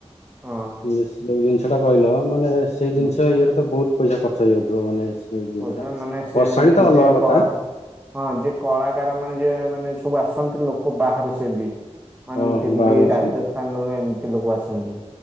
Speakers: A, on the right; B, on the left.
A: ହଁ
B: ସେ ଯେଉଁ ଜିନିଷଟା କହିଲ ମାନେ ସେଇ
A: ହୁଁ
B: ଜିନିଷ ଇଏରେ ତ ବହୁତ ପଇସା ଖର୍ଚ୍ଚ ହେଇଯାଉଥିବ ମାନେ ସେଇ ଜିନିଷ
A: କହୁଥିବ
B: ଟା
A: ମାନେ ସିଏ
B: ବର୍ଷାଣି
A: ମାନେ
B: ତ ଅଲଗା
A: ଯିଏ
B: କଥା
A: କଳା ହଁ ଯି କଳା ତାର ମାନେ ଯିଏ ମାନେ ସବୁ ଆସନ୍ତି ଲୋକ ବାହାରୁ ସେ ବି ମାନେ
B: ଓହୋ
A: ଦିଲ୍ଲୀ
B: ବାହାରୁ ଆସନ୍ତି
A: ରାଜସ୍ଥାନ ସ୍ଥାନରୁ ଏମିତି ଲୋକ ଆସନ୍ତି।